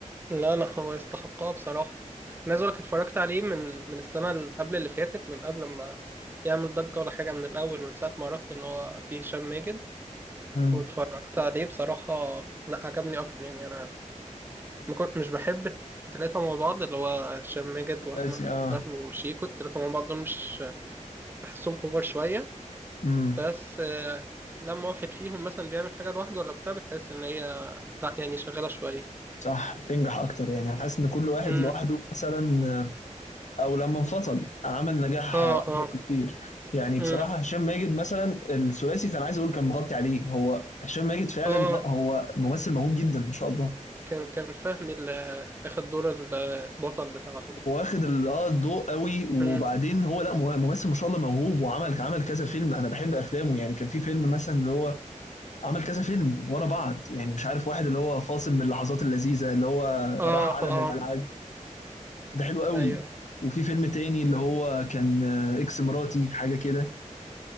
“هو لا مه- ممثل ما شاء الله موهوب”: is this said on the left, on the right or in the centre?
Left